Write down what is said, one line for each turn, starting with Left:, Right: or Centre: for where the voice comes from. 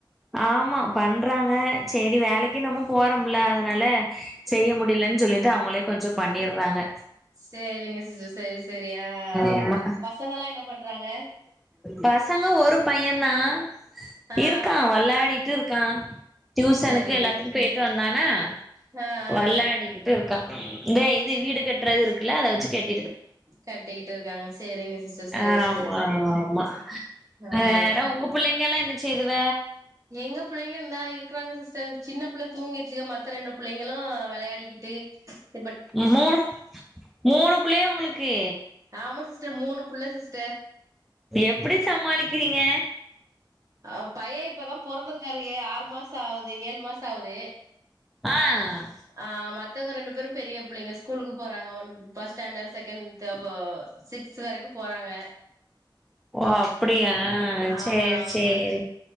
Centre: ஆமா பண்றாங்க சேரி வேலைக்கு நம்ம போறமுல அதனால செய்ய முடியலன்னு சொல்லிட்டு அவங்களே கொஞ்சம் பண்ணிடுறாங்க.
Right: சேரிங்க சிஸ்டர் சேரி சேரி ஆ
Centre: ஆமா
Right: பசங்கல்லாம் என்ன பண்றாங்க?
Centre: பசங்க ஒரு பையன் தான்
Right: ஆ
Centre: இருக்கான் வள்ளாடிட்டு இர்க்கான் டியூசனுக்கு
Right: சேரிங்க
Centre: எல்லாத்துக்கும் பெய்ட்டு வந்தானா
Right: ஆ ஆ
Centre: வள்ளாடிக்கிட் ட்டு இருக்கா இந்த இது வீடு கட்றதுக இருக்குல்ல அத வச்சு கட்
Right: கட்டிக்கிட்டு இருக்காங்க சேரிங்க சிஸ்டர் சேரி
Centre: ஆமா
Right: சேரி
Centre: ஆமா
Right: ஆ
Centre: வேற
Right: ஆ
Centre: உங்க புள்ளைங்கலாம் என்ன செய்துவ
Right: எங்க பிள்ளைங்க தான் இருக்ராங்க சிஸ்டர் சின்ன புள்ள தூங்கிருச்சு மத்த ரெண்டு பிள்ளைங்களும் விளையாடிக்கிட்டு டே
Centre: அங்களா மூணு புள்ளையா உங்ளுக்கு
Right: ஆமா சிஸ்டர் மூணு புள்ள சிஸ்டர்
Centre: எப்டி சமாளிக்கிறீங்க
Right: அ பையன் இப்பதான் பொறந்துருக்காரு ஏ ஆறு மாசோ ஆவூது ஏழு மாசோ ஆவுது
Centre: ஆ
Right: ஆ மத்தவங்க ரெண்டு பேரும் பெரிய புள்ளைங்க ஸ்கூலுக்கு போறாங்க ஒன் பஸ்ட் ஸ்டேன்டர்ட் செகண்ட் தா ப சிக்ஸ் வரைக்கும் போறாங்க
Centre: ஓ அப்டியா சேரி
Right: ஆமா ஆமா
Centre: சேரி